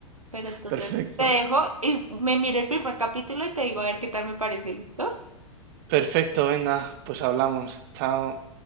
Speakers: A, on the right (about 80°); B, on the right (about 40°).
A: Pero entonces
B: Perfecto.
A: te dejo y me miro el primer capítulo y te digo a ver qué tal me parece, ¿listo?
B: Perfecto, venga, pues hablamos. Chao.